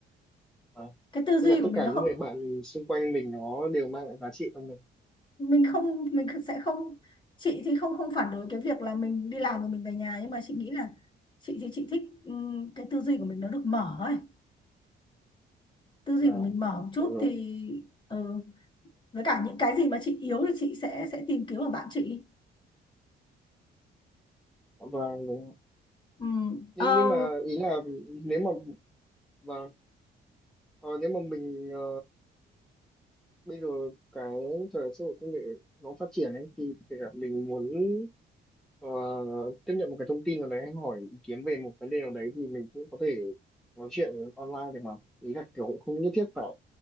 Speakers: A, in the centre; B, on the left.
A: à,
B: cái tư duy
A: tức là
B: của
A: tất
B: mình
A: cả
B: nó không
A: những người bạn xung quanh mình nó đều mang lại giá trị cho mình
B: mình không mình sẽ không chị thì không không phản đối cái việc là mình đi làm rồi mình về nhà nhưng mà chị nghĩ là chị thì chị thích ừm, cái tư duy của mình nó được mở ấy tư duy
A: là
B: của mình mở một chút
A: à, rồi.
B: thì ừ với cả những cái gì mà chị yếu thì chị sẽ sẽ tìm kiếm ở bạn chị
A: và đúng.
B: Ừ.
A: nhưng
B: Ờ,
A: nhưng mà ý là nếu mà và ờ, nếu mà mình ờ, bây giờ cái thời đại xã hội công nghệ nó phát triển ấy thì kể cả mình muốn ờ, tiếp nhận một cái thông tin nào đấy hay hỏi ý kiến về một vấn đề nào đấy thì mình cũng có thể nói chuyện online được mà ý là kiểu cũng không nhất thiết phải